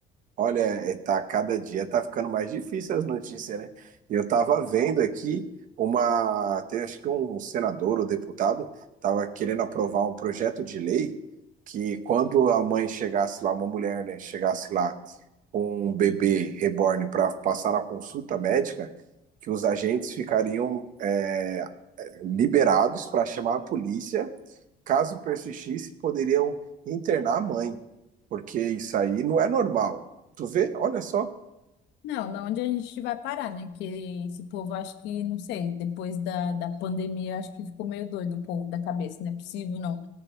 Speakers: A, on the right; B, on the left.
A: Olha, é, tá, cada dia tá ficando mais difícil as notícias, né? Eu tava vendo aqui uma, tem, acho que um senador ou deputado tava querendo aprovar um projeto de lei que quando a mãe chegasse lá, uma mulher, né, chegasse lá com um bebê reborn para passar na consulta médica, que os agentes ficariam é liberados para chamar a polícia. Caso persistisse, poderiam internar a mãe, porque isso aí não é normal. Tu vê? Olha só.
B: Não, não onde a gente vai parar, né? Que esse povo, acho que, não sei, depois da, da pandemia, acho que ficou meio doido o povo da cabeça, não é possível, não.